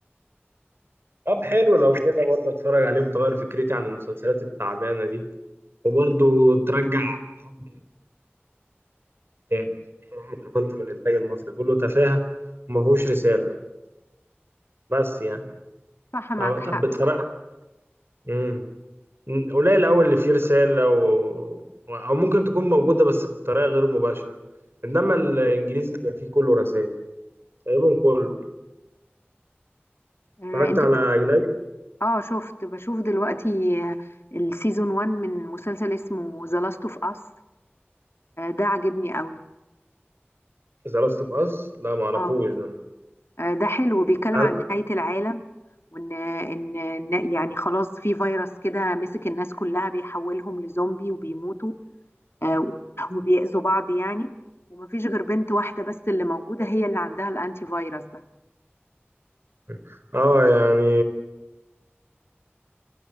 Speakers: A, on the right (about 65°); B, on the left (about 70°).
A: طب حلو لو كده برضه اتفرج عليهم تغير فكرتي عن المسلسلات التعبانة دي وبرضه ترجع حبي للإنتاج. بصراحة اتقفلت من الانتاج المصري كله تفاهة وما فيهوش رسالة بس يعني
B: صح معك
A: طب طب
B: حق
A: بتفرج مم. م- قليل أوي اللي فيه رسالة و... أو ممكن تكون موجودة بس بطريقة غير مباشرة إنما الإنجليزي بيبقى فيه كله رسائل تقريبا كله
B: آه
A: اتفرجت
B: انت
A: على أجنبي
B: اه شفت بشوف دلوقتي آه السيزون 1 من مسلسل اسمه ذا لاست اوف اس ده عجبني قوي
A: ذا لاست أوف أس لا معرفوش
B: اه
A: ده
B: آه، ده حلو بيتكلم
A: أنا-
B: عن نهاية العالم وان ان إن يعني خلاص في فيروس كده مسك الناس كلها بيحولهم لزومبي وبيموتوا آه، وبيأذوا بعض يعني ومفيش غير بنت واحدة بس اللي موجودة هي اللي عندها الانتي فيروس ده
A: <laughs> اه يعني